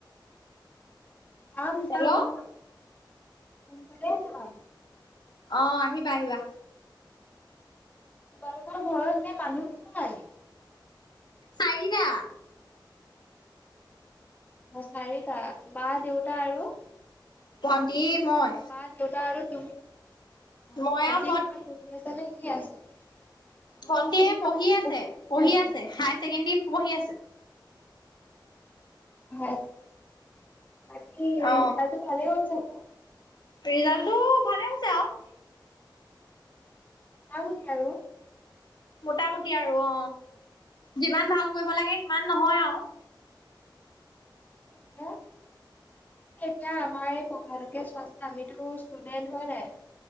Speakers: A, on the left (about 20°); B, on the left (about 65°).
A: যাম
B: হেল্ল'
A: যাম যাম সোনকালে যাম
B: অ', আহিবা আহিবা।
A: তোমালোকৰ ঘৰত নে মানুহ কিমান
B: চাৰিটা।
A: অ চাৰিটা মা দেউতা আৰু।
B: ভণ্টি মই
A: মা দেউতা আৰু তুমি অ ভন্টি
B: মই আৰু
A: কিবা পঢ়ি আছে নে এনে আছে? ভন্টিয়ে
B: ভণ্টি
A: কিবা
B: পঢ়ি আছে
A: নে এনেই
B: পঢ়ি আছে হায়াৰ ছেকেণ্ডেৰী পঢ়ি আছে
A: হয় বাকী ৰিজাল্টটো
B: অ।
A: ভালে হল চাগে
B: ৰিজাল্টটো ভালে হৈছে আৰু
A: মুটামুটি আৰু
B: মোটামুটি আৰু অ যিমান ভাল কৰিব লাগে সিমান নহয় আৰু।
A: তিয়া এতিয়া আমাৰ এই পঢ়াতোকে চোৱা যে আমিতো ষ্টুডেন্ট হয় নাই।